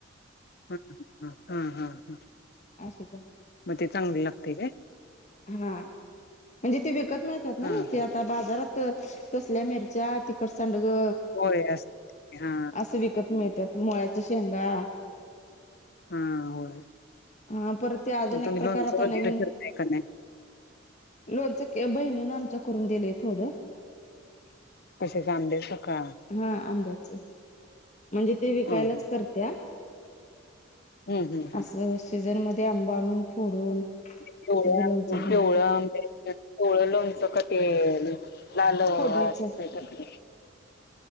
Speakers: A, on the left; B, on the left.
A: <unintelligible> हा हा हा.
B: अस <unintelligible>
A: मग ते चांगलं
B: चे
A: लागतय काय?
B: हा म्हणजे ते विकत मिळत्यात
A: हा
B: ना? ते
A: हा
B: आता बाजारात तसल्या मिरच्या तिखट सांड ळ
A: होय असतय हा
B: अस विकत मिळत्यात मळ्याच्या शेंगा
A: हा होय.
B: हा परत ते अजून
A: मग
B: एक
A: तुम्ही
B: प्रकार
A: लोणचं
B: आता नवीन
A: वगैरे करताय का नाही?
B: लोणचं ते बहिणीनंं आमच्या करून दिलंय थोडं.
A: कश्याचं आंब्याचं? का
B: हा आंब्याच. म्हणजे ते विकायलाच
A: हं हं
B: करत्या
A: हं हं हं
B: असं सीझन मध्ये आंब आणून फोडून
A: पिवळ्या,
B: त्याचं लोणचं घालत्या
A: पिवळ्या आंब्याचं पिवळं लोणचं का? ते लाल असतय
B: फोडणीचं
A: काय ते?